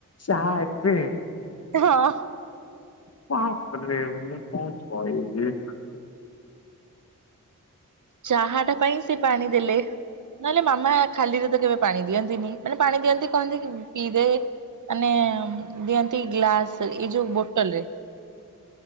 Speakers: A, on the left; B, on the right.
A: ଚାହା ଏବେ?
B: ହଁ।
A: <unintelligible> ହାତଟା ଟିକେ ଇଏ <inaudible> ମୁଁ କଣ କହିବି।
B: ଚାହା ଟା ପାଇଁ ସେ ପାଣି ଦେଲେ। ନହେଲେ ମାମା ଖାଲିରେ ତ କେବେ ପାଣି ଦିଅନ୍ତିନି। ମାନେ ପାଣି ଦିଅନ୍ତି କହନ୍ତି ପିଇଦେ। ମାନେ ଦିଅନ୍ତି ଗ୍ଲାସ ଏଇ ଯୋଉ ବୋଟଲରେ।